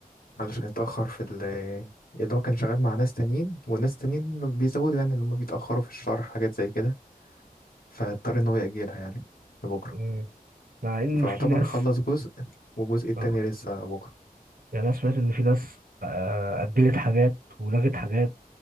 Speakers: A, on the left; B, on the right.
A: علشان يتاخر في ال اللي هو كان شغال مع ناس تانيين وناس تانيين بيزودوا يعني لما بيتاخروا في الشرح حاجات زي كده فاضطر ان هو ياجلها يعني لبكره
B: مم. مع ان
A: فاعتبر
B: في ناس
A: خلص جزء والجزء التاني
B: اه
A: لسه بكره
B: يعني انا سمعت ان في ناس آه، اجلت حاجات ولغت حاجات